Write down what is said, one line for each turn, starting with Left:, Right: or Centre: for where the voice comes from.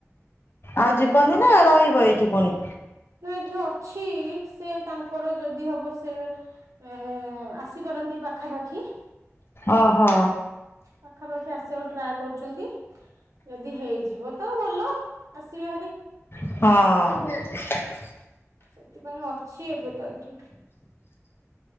Left: ଆଉ
Right: ହଁ
Left: ଯିବନି ନା ରହିବ ଏଇଠି ପୁଣି।
Right: ନା ଏଠି ଅଛି। ସେ ତାଙ୍କର ଯଦି ହବ ସେ ଉଁ ଉଁ ଆସିପାରନ୍ତି ପାଖାପାଖି।
Left: ଅ ହ।
Right: ପାଖାପାଖି ଆସିଆକୁ ଟ୍ରାଏ କରୁଚନ୍ତି। ଯଦି ହେଇଯିବ ତ ଭଲ ଆସିବେ ହେରି।
Left: ଆଁ
Right: ସେଥିପାଇଁ ଅଛି ଏବେ ତ ଏଇଠି।